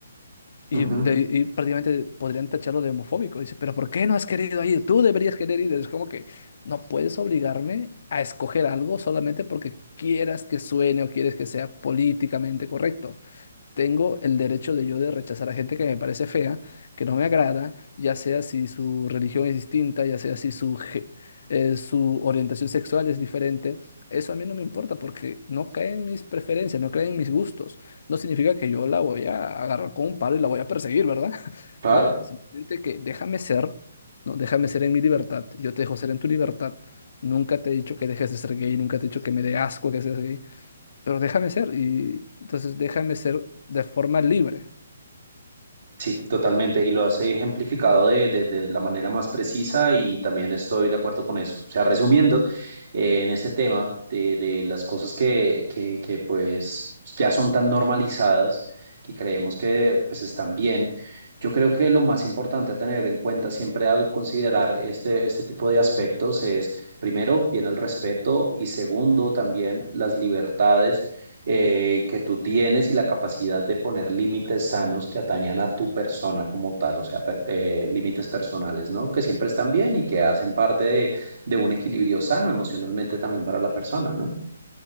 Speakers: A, on the left; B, on the right.
A: Y,
B: Ujú,
A: de- y prácticamente podrían tacharlo de homofóbico. Dice, pero ¿por qué no has querido ir? Tú deberías querer ir. Es como que no puedes obligarme a escoger algo solamente porque quieras que suene o quieres que sea políticamente correcto. Tengo el derecho de yo de rechazar a gente que me parece fea, que no me agrada, ya sea si su religión es distinta, ya sea si su, ge- eh, su orientación sexual es diferente. Eso a mí no me importa porque no cae en mis preferencias, no cae en mis gustos. No significa que yo la voy a agarrar con un palo y la voy a perseguir, ¿verdad? <laughs>
B: Claro.
A: No, simplemente que déjame ser, ¿no? Déjame ser en mi libertad. y Yo te dejo ser en tu libertad. Nunca te he dicho que dejes de ser gay, nunca te he dicho que me dé asco que seas gay pero déjame ser, y entonces déjame ser de forma libre.
B: Sí, totalmente. Y lo has ejemplificado de, de- de la manera más precisa y también estoy de acuerdo con eso. O sea, resumiendo, eh, en este tema de, de las cosas que, que, que pues ya son tan normalizadas que creemos que pues están bien, yo creo que lo más importante a tener en cuenta siempre al considerar este, este tipo de aspectos es, primero, bien el respeto y segundo, también las libertades eh, que tú tienes y la capacidad de poner límites sanos que atañan a tu persona como tal, o sea, per- eh, límites personales, ¿no? Que siempre están bien y que hacen parte de, de un equilibrio sano emocionalmente también para la persona, ¿no?